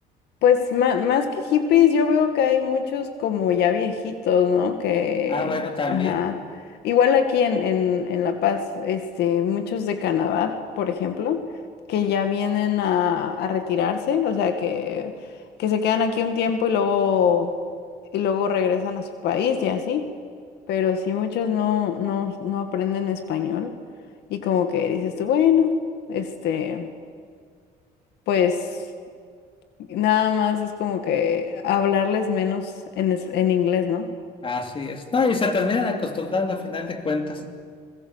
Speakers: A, on the left; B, on the left.
A: Pues ma- más que hippies, yo veo que hay muchos como ya viejitos, ¿no? Que,
B: Ah, bueno, también.
A: ajá. Igual aquí en, en, en La Paz, este, muchos de Canadá, por ejemplo, que ya vienen a, a retirarse, o sea, que, que se quedan aquí un tiempo y luego y luego regresan a su país y así. Pero sí, muchos no, no, no aprenden español y como que dices tú, bueno, este, pues nada más es como que hablarles menos en, es- en inglés, ¿no?
B: Así es. No, y se terminan acostumbrando a final de cuentas.